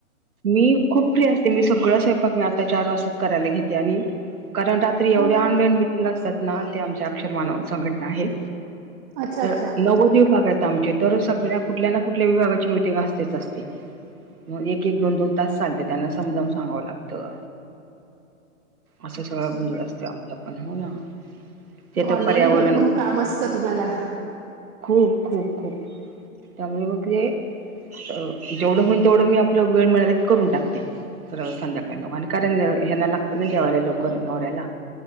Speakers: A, on the right; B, on the right.
A: मी खूप फ्री असते मी सगळं स्वयंपाक मी आता चार करायला घेते आणि कारण एवढ्या
B: हो हो
A: ऑनलाईन मिटिंग असतात ना ते आमच्या अक्षर मानव संघटना आहे.
B: अच्छा
A: तर
B: अच्छा
A: नव्वद विभाग आहेत. आमचे. तर, सगळ्या कुठल्या ना कुठल्या विभागाची मिटिंग असतेच असते. मग एक एक दोन दोन तास चालते. त्यांना समजवून सांगावं लागतं. असा
B: अच्छा
A: सगळा गोंधळ असतो आमचा पण. हो ना. ते तर
B: ऑनलाईन
A: पर्यावरण
B: भरपूर काम असतं तुम्हाला.
A: खूप खूप खूप. त्यामुळे मग ते अ जेवढं होईल तेवढं मी आपला वेळ मिळाला की करून टाकते. तर संध्याकाळी कारण ह्याना लागतं ना जेवायला लवकर नवऱ्याला.